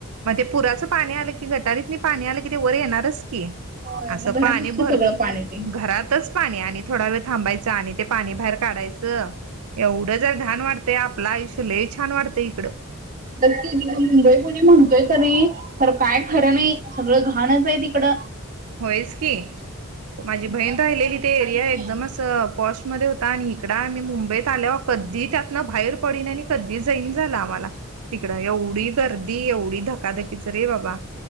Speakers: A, on the right; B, on the right.
A: म ते पुराच पाणी आलं की, गटारीतनी पाणी आलकी ते वर येणारचकी.
B: होय
A: असं
B: मग घरातच
A: पाणी भर--घरातच.
B: की सगळं पाणी ते.
A: पाणी आणि, थोडा वेळ थांबायचं आणि ते पाणी बाहेर काडायचं एवढं जर घाण वाट तय, आपलं आयुष्य लई छान वाटतंय इकडं.
B: <unintelligible> मुंबई पुने म्हणतोय कनी. तर काय खरं नाही, सगळं घाणच आहे तिकडं.
A: होईच की, माझी
B: आपलं
A: बहीण
B: आपलं
A: राहिलेली
B: काही
A: ते एरिया एकदमच
B: नाही,
A: पॉशमध्येध्ये होता, आणि इकड आम्ही मुंबईत आल्यावर कधी त्यातन बाहेर पडन आणि कधी जाईन झालं आम्हाला. तिकडं एवढी गर्दी, एवढी धकाधकीच रे बाबा